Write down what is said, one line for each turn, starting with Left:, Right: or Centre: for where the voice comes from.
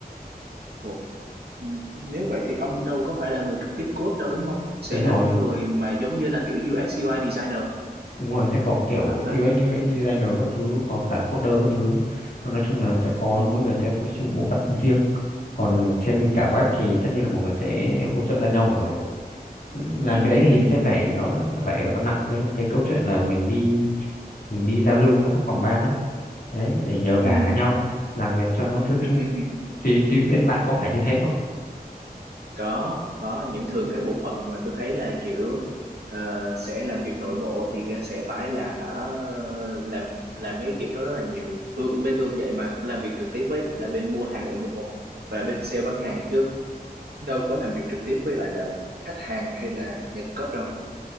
Right: Ồ, ừ. nếu vậy thì ông đâu có phải là người trực tiếp code đâu đúng không sẽ
Left: đúng
Right: là
Left: rồi
Right: cái người mà giống như là kiểu UX UI designer
Left: đúng rồi sẽ có kiểu
Right: phải không ta?
Left: UX UX designer các thứ có cả coder các thứ Thôi nói chung là sẽ có
Right: ừ
Left: mỗi người sẽ phụ trách một bộ phận riêng còn trên
Right: ừ
Left: cả web thì tất nhiên là mọi người sẽ hỗ trợ lẫn nhau rồi làm
Right: ừ
Left: cái đấy
Right: ừ
Left: thì sẽ
Right: ừ
Left: phải nó sẽ phải nặng cái cái câu chuyện là mình đi mình đi giao lưu với các phòng ban đấy đấy để nhờ vả
Right: ừ
Left: nhau làm việc cho nó trơn
Right: ừ.
Left: tru
Right: <laughs>
Left: thì thì bên bạn có
Right: ừ
Left: phải như thế
Right: có có những thường các bộ phận mà tôi thấy là kiểu ờ, sẽ làm việc nội bộ thì sẽ phải là hả làm làm mấy cái kiểu đó rất là nhiều tôi cũng bên Vương cũng vậy mà cũng làm việc trực tiếp với lại là bên mua hàng nội bộ và bên sale bán hàng chứ đâu có làm việc trực tiếp với lại là khách hàng hay là nhà cung cấp đâu